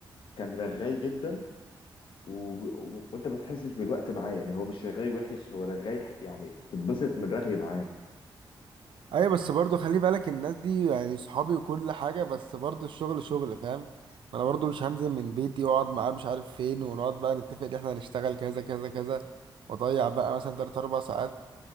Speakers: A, on the left; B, on the right.
A: كان رغاي جدا و... و... وانت ما تحسش بالوقت معاه يعني هو مش رغاي وحش هو رغاي ح- يعني تتبسط من رغي معاه
B: ايوه بس برضو خلي بالك الناس دي يعني صحابي وكل حاجه بس برضو الشغل شغل فاهم ما انا برضو مش هنزل من بيتي واقعد معاه مش عارف فين ونقعد بقى نتفق ان احنا هنشتغل كذا كذا كذا واضيع بقى مثلا تلات اربع ساعات